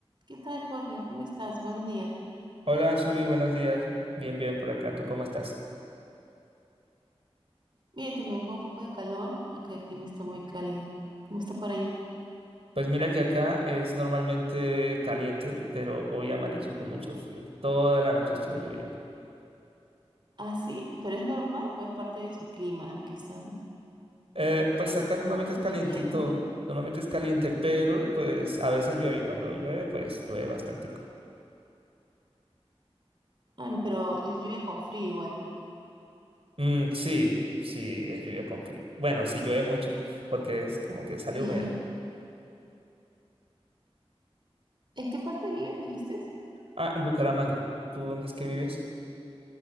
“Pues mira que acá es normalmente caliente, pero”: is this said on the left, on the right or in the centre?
Right